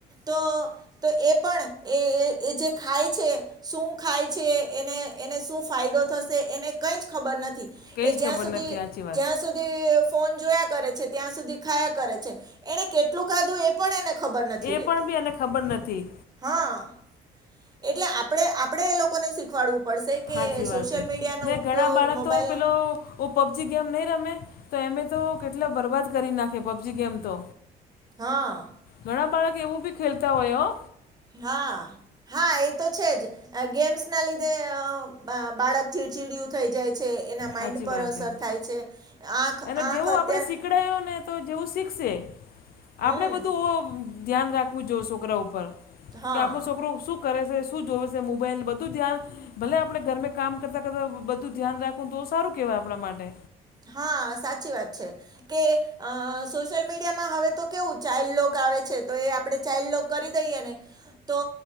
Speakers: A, on the right; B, on the left.
A: તો- તો એ પણ એ જે ખાય છે શું ખાય છે એને એને શું ફાયદો થશે એને કંઈ જ ખબર નથી
B: કંઈ
A: એ
B: જ
A: જ્યાં
B: ખબર
A: સુધી
B: નથી સાચી વાત
A: જ્યાં સુધી ફોન જોયા કરે છે ત્યાં સુધી ખાયા કરે છે એણે કેટલું ખાધું એ પણ એને ખબર નથી
B: એ
A: રેતી.
B: પણ બી એને ખબર નથી
A: હઅઅ એટલે આપડે આપણે એ લોકોને શીખવાડવું પડશે કે
B: હાચી
A: સોશિયલ
B: વાત હે
A: મીડિયાનો
B: ને
A: ઉપયોગ
B: ઘણા બાળક
A: મોબાઈલનો
B: તો પેલો ઓ પબજી ગેમ નહી રમે તો એમે તો કેટલા બરબાદ કરી નાખે પબજી ગેમ તો.
A: હઅઅ
B: ઘણા બાળક એવું ભી ખેલતા હોય હો
A: હાઆઆ હા એ તો છે જ ગેમ્સના લીધે બાળક ચીડચીડયુ થઈ જાય છે એના માઈન્ડ
B: સાચી
A: પર
B: વાત
A: અસર
B: એ
A: થાય છે. આંખ
B: એને
A: આંખ
B: જેવું
A: અત્યારે
B: આપણે શીખડાયું ને તો જેવું શીખશે
A: હમ
B: આપણે બધું ઓમ ધ્યાન રાખવું જો સોકરા ઉપર
A: હા
B: કે આપણો સોકરો શું કરે છે શું જોવે છે મોબાઈલ બધું ધ્યાન ભલે આપણે ઘરમે કામ કરતા કરતા બધું ધ્યાન રાખવું તો સારું કેવાય આપણા માટે
A: હાઆ સાચી વાત છે. કે અઅ સોશિયલ મીડિયામાં હવે તો કેવું ચાઈલ લોક આવે છે તો એ આપણે ચાઇલ્ડ કરી દઈને તો